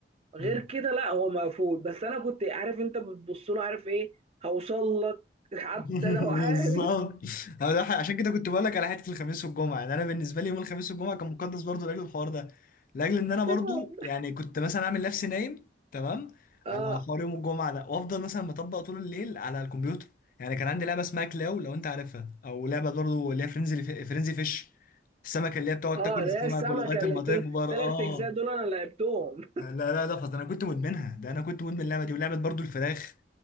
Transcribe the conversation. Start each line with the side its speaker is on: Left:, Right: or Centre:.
Right: غير
Left: مم.
Right: كده لا هو مقفول بس انا كنت عارف انت بتبص له عارف ايه هوصل لك حتى
Left: <laughs>
Right: لو عارف
Left: بالظبط أنا ده- عشان كده كنت بقول لك على حته الخميس والجمعه يعني انا بالنسبه لي يوم الخميس والجمعه كان مقدس برضو لاجل الحوار ده لاجل ان انا برضو
Right: <laughs>
Left: يعني كنت مثلا اعمل نفسي نايم تمام
Right: اه
Left: على حوار يوم الجمعه ده وافضل مثلا مطبق طول الليل على الكمبيوتر يعني كان عندي لعبه اسمها كلاو لو انت عارفها او لعبه برضو اللي هي فرينزي فرينزي فيش السمكه اللي هي بتقعد
Right: اه
Left: تاكل
Right: اللي
Left: السمك
Right: هي السمكه
Left: ولغايه
Right: اللي
Left: ما تكبر
Right: ثلاث
Left: اه
Right: اجزاء دول انا لعبتهم
Left: لا لا ده فظيع انا كنت مدمنها ده انا كنت مدمن اللعبه دي ولعبه برضو الفراخ